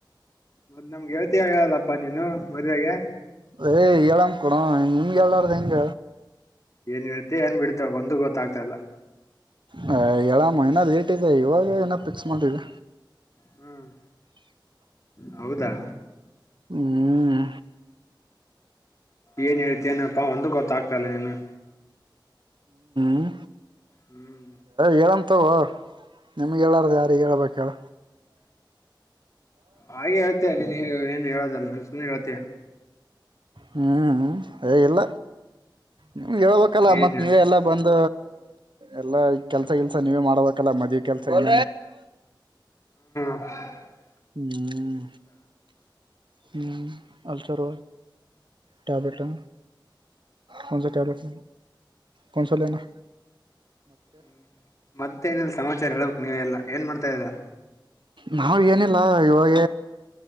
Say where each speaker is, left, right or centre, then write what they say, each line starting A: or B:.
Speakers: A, on the left (about 40°); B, on the right (about 70°).
A: ಮತ್ ನಮ್ಗೆ ಯವತಿಯಾಗಲ್ಲಪ್ಪಾ ನೀನು ಮದ್ವೆಗೆ
B: ಅ ಏಳಾಮ ಕಣೋ ನಿಮ್ಗೆಳ್ಡ್ದ ಹೆಂಗ
A: ಏನ್ ಹೇಳ್ತ ಏನ್ ಬಿಡತ ಒಂದ ಗೊತ್ತಾಗ್ತಾ ಇಲ್ಲ
B: ಹ ಏಳ ಮೈನಾ ಲೇಟ್ ಇದೆ ಇವಾಗ ಏನ ಫಿಕ್ಸ್ ಮಾಡವಿ
A: ಹ್ಮ್ ಹೌದಾ
B: ಹ್ಮ
A: ಏನ್ ಹೇಳ್ತನಪ್ಪಾ ಒಂದ ಗೊತ್ತಾಗ್ತಾ ಇಲ್ಲ ನೀನು
B: ಹ್ಮ
A: ಹ್ಮ್
B: ಹೇಳಂತವು ನಿಮ್ಗೆ ಹೇಳಾರ್ದ ಯಾರಗ್ ಹೇಳಳ್ಬೇಕ ಹೇಳ
A: ಹಾಗೆ ಹೇಳ್ತಯ ನೀನ್ ಏನು ಹೇಳದಲ್ಲ ನನ್ ಸುಮ್ನೆ ಹೇಳ್ತಯ
B: ಹ್ಮ್ ಅ ಇಲ್ಲ ನಿಮ್ಗೆ ಹೇಳ್ಬೇಕಲ್ಲ
A: ಏನ್
B: ಮತ್ತತ್ ನೀವ ಎಲ್ಲ ಬಂದ ಎಲ್ಲಾ ಕೆಲ್ಸ ಕೆಲ್ಸ ನೀವೇ ಮಾಡ್ಬೇಕಲ್ಲ ಮದ್ವಿ ಕೆಲ್ಸ ಎ
A: ಹ್ಮ
B: ಹ್ಮ್ ಹ್ಮ್ ಅಲ್ಚಾರ ಟಬಟಾ ಕನ್ಸ ಟೇಬಲೆಟ್ ಕನ್ಸ ಲನಾಾ
A: ಹ್ಮ ಮತ್ತೆ ಏನಿಲ್ಲ ಸಮಾಚಾರ ಹೇಳ್ಬೇಕಕ್ ನೀವ ಎಲ್ಲಾ ಏನ್ ಮಾಡ್ತಾದಾ
B: ನಾವವು ಏನಿಲ್ಲ ಇವಾಗ